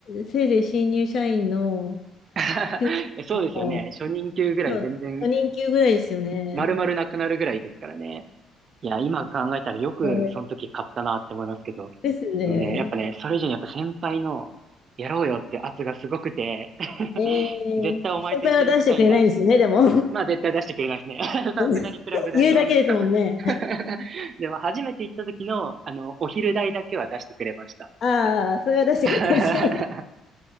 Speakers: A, on the left (about 50°); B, on the right (about 40°).
A: せいぜい新入社員の
B: <laughs>
A: 給料
B: そうですよね。初任給ぐらい全然、
A: の、うん初任給ぐらいですよね。
B: ん丸々なくなるぐらいですからね。いや、今考えたらよくその時買ったなって思いますけど、
A: やばいですね。
B: でもね、やっぱね、それ以上にやっぱ先輩の、やろうよって圧がすごくて、<laughs>
A: えー、
B: 絶対お前と一緒に行きたいんだって。
A: 先輩は出してくれないんですよね、でも。
B: まあ絶対出してくれないですね。<laughs> さすがにクラブ代は。
A: <laughs> 言うだけですもんね。
B: <laughs> でも初めて行った時の、あの、お昼代だけは出してくれました。
A: ああ、それは出してくれてるんですね
B: <laughs>